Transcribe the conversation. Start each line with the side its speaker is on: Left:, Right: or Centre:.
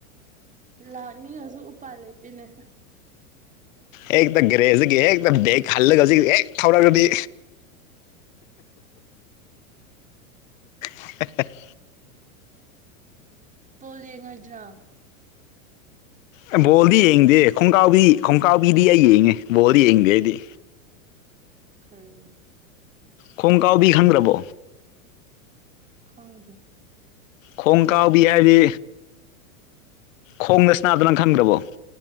Right: ꯂꯥꯛꯅꯤꯡꯉꯁꯨ ꯎꯄꯥꯥꯏ ꯂꯩꯇꯦꯅꯦ
Left: ꯍꯦꯛꯇ ꯒꯔꯦ ꯍꯧꯖꯤꯛ ꯍꯦꯛꯇ ꯕꯦꯛ ꯍꯜꯂꯒ ꯍꯧꯖꯤꯛ ꯍꯦꯛ ꯊꯧꯔꯒꯗꯤ <unintelligible>
Right: ꯄꯣꯜ ꯌꯦꯡꯉꯣꯏꯗ꯭ꯔꯥ
Left: ꯑꯦ ꯕꯣꯜꯗꯤ ꯌꯦꯡꯗꯦ ꯈꯣꯡꯀꯥꯎꯕꯤ ꯈꯣꯡꯀꯥꯎꯕꯤꯗꯤ ꯑꯩ ꯌꯦꯡꯉꯦ ꯕꯣꯜꯗꯤ ꯌꯦꯡꯗꯦ ꯑꯩꯗꯤ
Right: ꯀꯔꯤꯅꯣ
Left: ꯈꯣꯡ ꯀꯥꯎꯕꯤ ꯈꯪꯗ꯭ꯔꯕꯣ
Right: ꯈꯪꯗꯦ
Left: ꯈꯣꯡ ꯀꯥꯎꯕꯤ ꯍꯥꯏꯔꯗꯤ ꯈꯣꯡꯗ ꯁꯅꯥꯕꯗ ꯅꯪ ꯈꯪꯗ꯭ꯔꯕꯣ